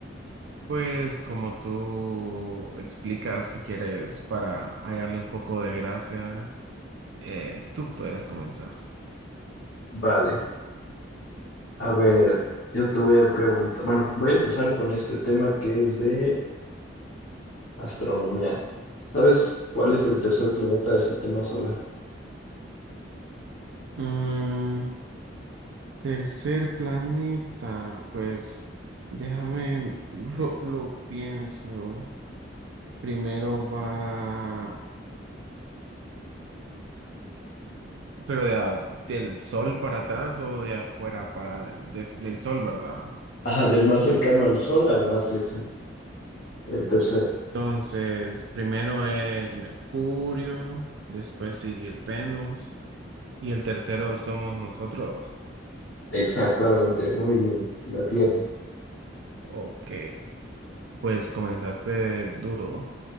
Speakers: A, on the right (about 75°); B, on the left (about 75°).
A: Pues como tú explicas, si quieres, para hallarle un poco de gracia, eh, tú puedes comenzar.
B: Vale, a ver, yo te voy a preguntar, bueno, voy a empezar con este tema que es de Astronomía. ¿Sabes cuál es el tercer planeta del sistema solar?
A: Mm, tercer planeta, pues déjame, lo, lo pienso. Primero va Pero de a- del sol para atrás o de afuera para des- del sol, ¿verdad?
B: Ah, del más cercano al Sol al más lejano. El tercero.
A: Entonces, primero es Mercurio, después sigue Venus y el tercero somos nosotros.
B: Exactamente, muy bien. La Tierra.
A: Ok, pues comenzaste duro,